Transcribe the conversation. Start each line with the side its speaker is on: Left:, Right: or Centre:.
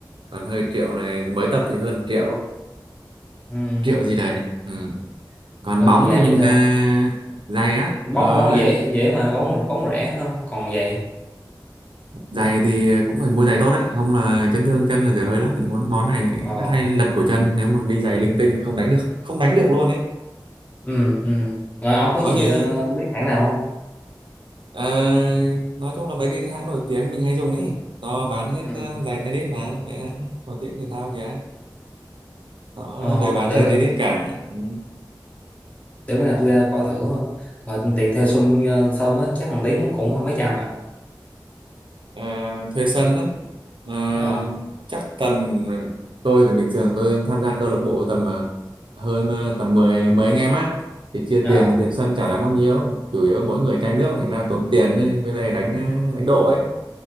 Right: còn hơi triệu này mới tập thì hơn triệu
Left: Ừ.
Right: triệu gì đấy ừ. còn
Left: Rồi
Right: bóng
Left: còn giày
Right: thì mình
Left: thì sao?
Right: à, giày á ờ,
Left: Bóng bóng dễ dễ mà bóng bóng rẻ hơn. Còn giày.
Right: giày thì cũng phải mua giày tốt đấy không là chấn thương chân là dở hơi lắm món món này thì
Left: Ờ.
Right: rất hay lật cổ chân nếu mà đi giày linh tinh không đánh được không đánh được luôn ấy
Left: Ừ ừ. Rồi ông có
Right: nó
Left: giới
Right: như
Left: thiệu ờ, biết hãng nào không?
Right: ờ, nói chung là mấy cái hãng nổi tiếng mình hay dùng ấy nó bán hết
Left: Ừ.
Right: ra giày tennis mà mấy hãng nổi tiếng thể thao kìa nó
Left: Ờ,
Right: đều bán
Left: để
Right: giày tennis cả ừ.
Left: để bữa nào tôi ra coi thử thôi và tiền thuê Xuân ờ, xong á chắc thằng Tiến cũng mấy trăm ạ
Right: Ờ, thuê sân á Ờ,
Left: ờ
Right: chắc tầm tôi thì bình thường tôi tham gia câu lạc bộ tầm ờ, hơn ờ, tầm 10 anh 10 anh em á thì chia
Left: à,
Right: tiền tiền sân chả đáng bao nhiêu chủ yếu mỗi người chai nước thành ra tốn tiền ấy. với lại đánh ờ, đánh độ ấy